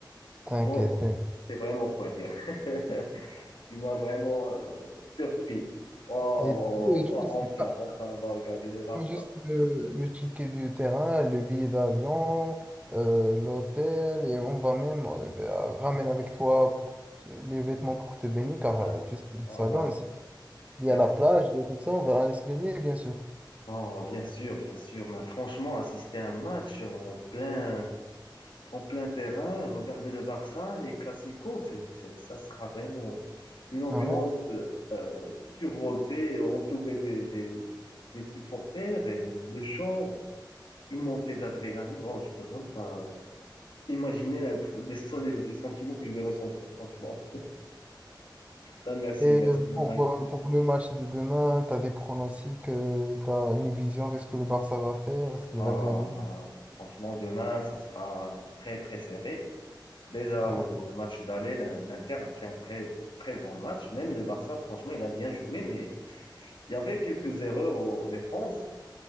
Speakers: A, on the right; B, on the left.
A: T'inquiète,
B: Wow,
A: t'inquiète.
B: c'est vraiment quoi dire. <laughs> Tu m'as vraiment euh, surpris. Oh, oh,
A: Et tu,
B: oh,
A: tu
B: oh,
A: sais
B: enfin,
A: pas.
B: enfin, on va regarder le Barça.
A: Non, Juste le, le ticket du terrain, le billet d'avion, euh, l'hôtel, et on va même euh, ben, ramener avec toi pour te- les vêtements pour te baigner, car
B: Ah,
A: euh, tu sais, le
B: oh,
A: salon,
B: bah,
A: c'est- il y
B: merci.
A: a la plage, il y a tout ça, on va aller se baigner, bien sûr.
B: Oh, bien sûr, bien sûr. Mais franchement, assister à un match en plein en plein terrain, regarder le Barça, les Clasico, c'est, c'est- ça sera vraiment une ambiance
A: Ouais.
B: euh, survoltée, entourée des, des, des supporters et le chant, une montée d'adrénaline. non je peux même pas imaginer l'imp- les, son- les sentiments que je vais ressentir, franchement. Ah, merci,
A: Et
B: merci,
A: euh,
B: mon
A: pour,
B: ami.
A: euh, pour le match de demain, tu as des pronostics, tu as une vision, qu'est-ce que le Barça va faire, est-ce qu'il
B: Ah,
A: va gagner?
B: ben, franchement, demain, ça sera très, très serré. Déjà,
A: Ah,
B: le, le match d'aller, l'Inter a fait un très, très grand match. Même le Barça, franchement, il a bien joué, mais Il y avait quelques erreurs en défense,